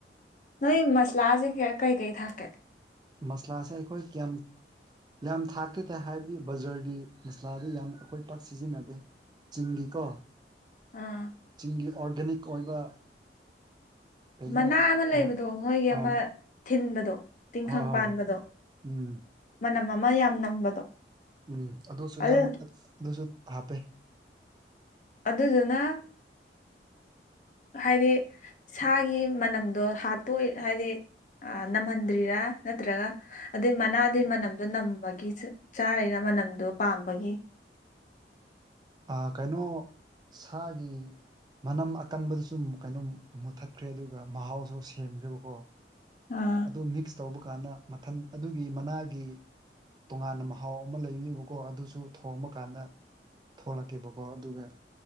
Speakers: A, on the left; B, on the right.
A: ꯅꯣꯏ ꯃꯁꯂꯥꯁꯦ ꯀꯩ ꯀꯩ ꯊꯥꯛꯀꯦ
B: ꯃꯁꯂꯥꯁꯦ ꯑꯩꯈꯣꯏ ꯀꯌꯥꯝ ꯌꯥꯝ ꯊꯥꯛꯇꯦ ꯇꯥꯏꯍꯥꯏꯕꯗꯤ ꯕꯖꯥꯔꯒꯤ ꯃꯁꯂꯥꯗꯤ ꯌꯥꯝ ꯑꯩꯈꯣꯏ ꯄꯥꯛ ꯁꯤꯖꯤꯟꯅꯗꯦ ꯆꯤꯡꯒꯤꯀꯣ
A: ꯑꯥ
B: ꯆꯤꯡꯒꯤ ꯑꯣꯔꯒꯥꯅꯤꯛ ꯑꯣꯏꯕ ꯀꯩꯅꯣ
A: ꯃꯅꯥ
B: ꯑ
A: ꯑꯃ ꯂꯩꯕꯗꯣ ꯅꯣꯏꯒꯤ ꯑꯃ ꯊꯤꯟꯕꯗꯣ ꯇꯤꯡꯈꯪ
B: ꯍꯣꯏ ꯍꯣꯏ
A: ꯄꯥꯟꯕꯗꯣ
B: ꯎꯝ
A: ꯃꯅꯝ ꯑꯃ ꯌꯥꯝ ꯅꯝꯕꯗꯣ
B: ꯎꯝ ꯑꯗꯨꯁꯨ
A: ꯑꯗꯨ
B: ꯌꯥꯝ ꯑꯗꯨꯁꯨ ꯍꯥꯞꯄꯦ
A: ꯑꯗꯨꯗꯨꯅ ꯍꯥꯏꯗꯤ ꯁꯥꯒꯤ ꯃꯅꯝꯗꯣ ꯍꯥꯠꯇꯣꯛ ꯍꯥꯏꯗꯤ ꯑꯥ ꯅꯝꯍꯟꯗ꯭ꯔꯤꯔꯥ ꯅꯠꯇ꯭ꯔꯒ ꯑꯗꯨꯏ ꯃꯅꯥꯗꯨꯢ ꯃꯅꯝꯗꯣ ꯅꯝꯕꯒꯤ ꯆꯠ ꯆꯥꯔꯤꯔ ꯃꯅꯝꯗꯣ ꯄꯥꯝꯕꯒꯤ
B: ꯑꯥ ꯀꯩꯅꯣ ꯁꯥꯒꯤ ꯃꯅꯝ ꯑꯀꯟꯕꯗꯁꯨꯨꯝ ꯀꯩꯅꯣꯝ ꯃꯨꯊꯠꯈ꯭ꯔꯦ ꯑꯗꯨꯒ ꯃꯍꯥꯎꯁꯨ ꯁꯦꯝꯈ꯭ꯔꯦꯕꯀꯣ
A: ꯑꯥ
B: ꯑꯗꯨ ꯃꯤꯛꯁ ꯇꯧꯕ ꯀꯥꯟꯗ ꯃꯊꯟ ꯑꯗꯨꯒꯤ ꯃꯅꯥꯒꯤ ꯇꯣꯉꯥꯟꯅ ꯃꯍꯥꯎ ꯑꯃ ꯂꯩꯕꯤꯕꯀꯣ ꯑꯗꯨꯁꯨ ꯊꯣꯡꯕ ꯀꯥꯟꯗ ꯊꯣꯛꯂꯛꯀꯦꯕꯀꯣ ꯑꯗꯨꯒ